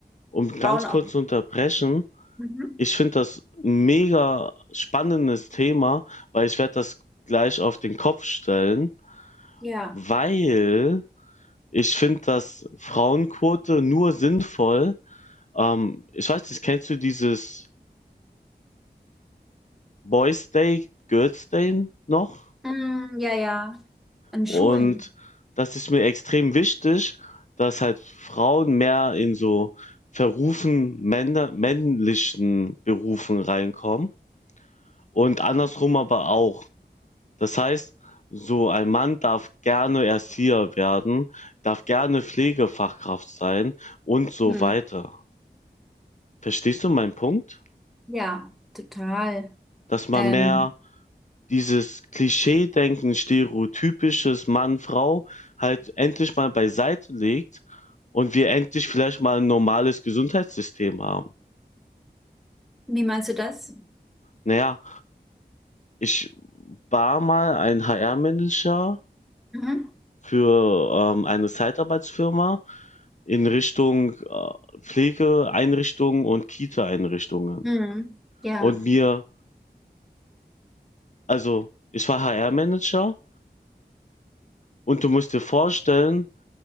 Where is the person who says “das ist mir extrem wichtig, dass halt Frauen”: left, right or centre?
Left